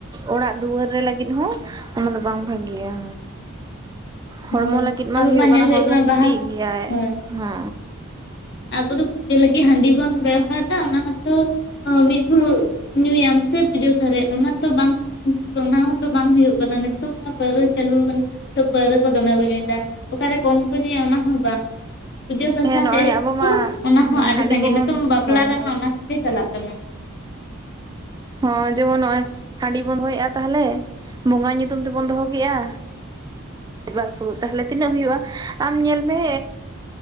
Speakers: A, on the right; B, on the left.
A: ᱚᱲᱟᱜ ᱫᱩᱣᱟᱹᱨ ᱨᱮ ᱞᱟᱹᱜᱤᱫ ᱦᱚᱸ ᱚᱱᱟ ᱫᱚ ᱵᱟᱝ ᱵᱷᱟᱜᱮᱭᱟ ᱦᱚᱲᱢᱚ
B: ᱦᱳᱭ
A: ᱞᱟᱹᱜᱤᱫ ᱢᱟ
B: ᱟᱵᱚ
A: ᱦᱩᱭᱩᱜ ᱠᱟᱱᱟ
B: ᱧᱮᱞ
A: ᱦᱚᱲᱢᱚ ᱠᱷᱚᱛᱤᱜ
B: ᱵᱟᱦᱟ
A: ᱜᱮᱭᱟᱭ
B: ᱦᱳᱭ
A: ᱦᱮ
B: ᱟᱵᱚ ᱫᱚ ᱯᱩᱡᱟᱹ ᱞᱟᱹᱜᱤᱫ ᱦᱟᱺᱰᱤ ᱵᱩᱱ ᱵᱮᱣᱦᱟᱨᱮᱫᱟ ᱚᱱᱟ ᱦᱚ ᱛᱚ ᱢᱤᱫ ᱯᱷᱩᱲᱩᱜ ᱧᱩᱭᱟᱢ ᱥᱮ ᱯᱩᱡᱟᱹ ᱥᱟᱨᱮᱡ ᱚᱱᱟ ᱛᱚ ᱵᱟᱝ ᱱᱤᱛᱚᱜ ᱫᱚ ᱚᱱᱟ ᱦᱚᱸᱛᱚ ᱵᱟᱝ ᱦᱩᱭᱩᱜ ᱠᱟᱱᱟ ᱱᱤᱛᱚᱜ ᱢᱟ ᱯᱟᱹᱣᱨᱟᱹ ᱪᱟᱹᱞᱩ ᱠᱟᱱᱟ ᱛᱚ ᱯᱟᱹᱣᱨᱟᱹ ᱠᱚ ᱫᱚᱢᱮ ᱠᱚ ᱧᱩᱭᱫᱟ ᱚᱠᱟᱨᱮ ᱠᱚᱢ ᱠᱚ ᱧᱩᱭᱟ ᱚᱱᱟ ᱦᱚᱸ ᱵᱟᱝ ᱯᱩᱡᱟᱹ ᱯᱟᱥᱟ
A: ᱦᱮᱸ ᱱᱚᱜᱼᱚᱭ ᱟᱵᱚ ᱢᱟ
B: ᱚᱱᱟ ᱦᱚᱸ ᱟᱹᱰᱤ
A: ᱦᱟᱺᱰᱤ
B: ᱥᱟᱺᱜᱤᱧ
A: ᱠᱚᱵᱚᱱ
B: ᱱᱤᱛᱚᱝ ᱵᱟᱯᱞᱟ
A: ᱦᱳᱭ
B: ᱨᱮᱢᱟ ᱚᱱᱟ ᱠᱚᱜᱮ ᱪᱟᱞᱟᱜ ᱠᱟᱱᱟ
A: ᱦᱚᱸ ᱡᱮᱢᱚᱱ ᱱᱚᱜᱚᱭ ᱦᱟᱺᱰᱤ ᱵᱚᱱ ᱫᱚᱦᱚᱭᱮᱫᱼᱟ ᱛᱟᱦᱞᱮ ᱵᱚᱸᱜᱟ ᱧᱩᱛᱩᱢ ᱛᱮᱵᱚᱱ ᱫᱚᱦᱚ ᱠᱮ-ᱟ ᱢᱤᱫᱵᱟᱨ ᱯᱷᱩᱲᱩᱜ ᱛᱟᱦᱚᱞᱮ ᱛᱤᱱᱟᱹᱜ ᱦᱩᱭᱩᱜᱼᱟ ᱟᱢ ᱧᱮᱞ ᱢᱮ